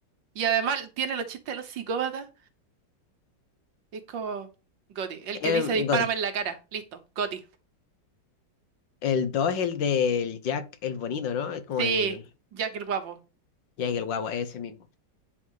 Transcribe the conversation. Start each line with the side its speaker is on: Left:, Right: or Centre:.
Right: Y además tiene los chistes de los psicópatas. Es como GOTY. El
Left: Em,
Right: que dice dispárame
Left: Gotti.
Right: en la cara. Listo. GOTY.
Left: El 2 es el del Jack el bonito, ¿no? Es como
Right: Sí,
Left: el
Right: Jack el guapo.
Left: Jack el guapo, es ese mismo.